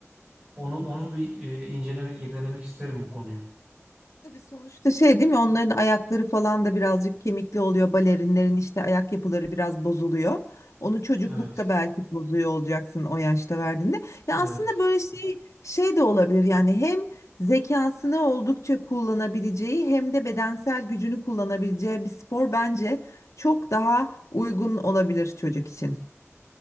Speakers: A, on the right (about 25°); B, on the left (about 75°).
A: onu onu bir e, incelemek, irdelemek isterim bu konuyu.
B: Tabii sonuçta şey değil mi? Onların ayakları falan da birazcık kemikli oluyor. Balerinlerin işte ayak yapıları biraz bozuluyor. Onu çocuklukta
A: Evet,
B: belki bozuyor olacaksın o yaşta verdiğinde. Ya
A: evet.
B: aslında böyle şey şey de olabilir. Yani hem zekasını oldukça kullanabileceği hem de bedensel gücünü kullanabileceği bir spor bence çok daha uygun olabilir çocuk için.